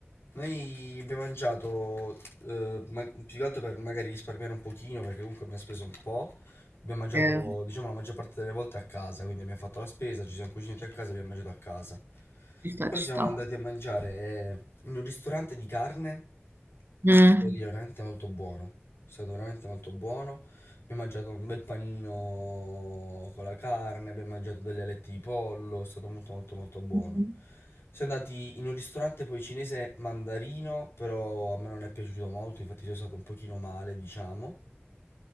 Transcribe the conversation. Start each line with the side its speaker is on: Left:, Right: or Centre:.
Left: Noi abbiamo mangiato, eh, ma- più che altro per magari risparmiare un pochino, perché comunque abbiamo speso un po'. Abbiamo mangiato,
Right: Eh,
Left: diciamo, la maggior parte delle volte a casa, quindi abbiamo fatto la spesa, ci siamo cucinati a casa, abbiamo mangiato a casa.
Right: ci sta,
Left: Però
Right: ci
Left: siamo
Right: sta.
Left: andati a mangiare eh, in un ristorante di carne
Right: Mm.
Left: Devo dire, veramente molto buono. È stato veramente molto buono. Abbiamo mangiato un bel panino con la carne, abbiamo mangiato delle alette di pollo, è stato molto molto molto buono.
Right: Mm.
Left: Siamo andati in un ristorante poi cinese mandarino, però a me non è piaciuto molto, infatti sono stato un pochino male, diciamo.